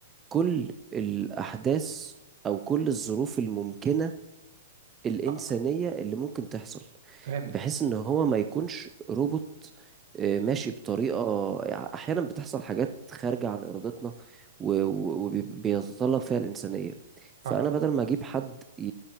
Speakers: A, on the right; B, on the right.
A: كل الأحداث أو كل الظروف الممكنة الإنسانية
B: آه،
A: اللي ممكن تحصل
B: فهمتك
A: بحيث إن هو ما يكونش روبوت آه، ماشي بطريقة يعني أحيانا بتحصل حاجات خارجة عن إرادتنا وبيتطلب فيها الإنسانية فأنا
B: فاهم
A: بدل ما أجيب حد ي...